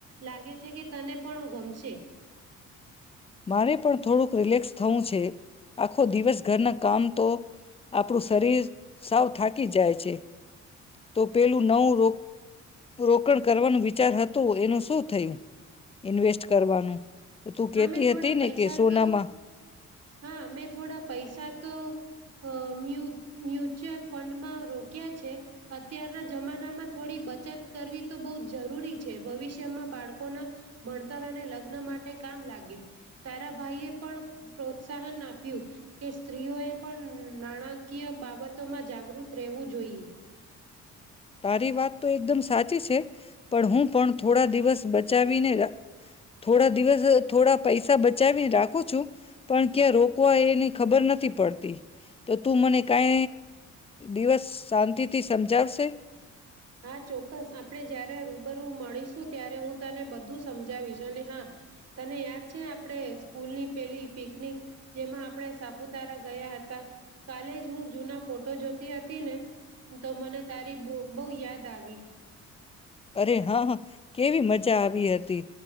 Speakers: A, on the right; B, on the left.
A: લાગે છે છે કે તને પણ ગમશે.
B: મારે પણ થોડુંક રિલેક્સ થવું છે. આખો દિવસ ઘરના કામ તો આપણું શરીર સાવ થાકી જાય છે તો પેલું નવું ર રોકાણ કરવાનું વિચાર હતું એનું શું થયું ઇન્વેસ્ટ કરવાનું તું કેટ
A: હા મેં થોડા
B: હતી ને
A: પૈસા
B: કે સોનામાં
A: તો હા મે થોડા પૈસા તો અ મ્યુ મ્યુચ્યુઅલ ફંડમાં રોક્યા છે અત્યારના જમાનામાં થોડી બચત કરવી તો બહુ જ જરૂરી છે ભવિષ્યમાં બાળકોના ભણતર અને લગ્ન માટે કામ લાગે તારા ભાઈએ પણ પ્રોત્સાહન આપ્યું કે સ્ત્રીઓએ પણ નાણાકીય બાબતોમાં જાગૃત રહેવું જોઈએ.
B: તારી વાત તો એકદમ સાચી છે પણ હું પણ થોડા દિવસ બચાવીને થોડા દિવસ થોડા પૈસા બચાવીને રાખું છું પણ ક્યાં રોકવા એની ખબર નથી પડતી તો તું મને કઈ દિવસ શાંતિથી સમજાવશે?
A: હા ચોક્કસ. આપણે જયારે રૂબર રૂ મળીશું ત્યારે હું તને બધું સમજાવીશ, અને હા તને યાદ છે આપણે સ્કૂલની પેલી પિકનિક જેમાં આપણે સાપુતારા ગયા હતા, કાલે જ હું જૂના ફોટો જોતી હતી ને તો મને તારી બોવ બહુ યાદ આવી.
B: અરે હા, હા. કેવી મજા આવી હતી.